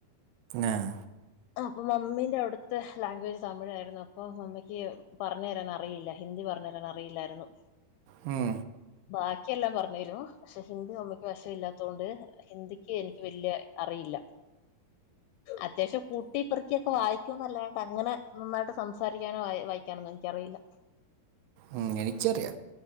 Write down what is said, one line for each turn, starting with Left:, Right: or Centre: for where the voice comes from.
Right: ഏഹ്
Left: അപ്പൊ മമ്മിയിൻ്റെ അവിടത്തെ ലാംഗ്വേജ് തമിഴായിരുന്നപ്പൊ മമ്മിക്ക് പറഞ്ഞു തരാൻ അറിയില്ല ഹിന്ദി പറഞ്ഞ് തരാൻ അറിയില്ലായിരുന്നു
Right: ഉം
Left: ബാക്കിയെല്ലാം പറഞ്ഞു തരും പക്ഷെ ഹിന്ദി മമ്മിക്ക് വിശം ഇല്ലാത്തതുകൊണ്ട് ഹിന്ദിക്ക് എനിക്ക് വല്യ അറിയില്ല അത്യാവശ്യം കൂട്ടിപ്പറക്കൊക്കെ വായി ന്നല്ലാണ്ട് അങ്ങനെ നന്നായിട്ട് സംസാരിക്കാനോ വായിക്കാനോന്നും എനിക്കറിയില്ല
Right: ഉം എനിക്കറിയ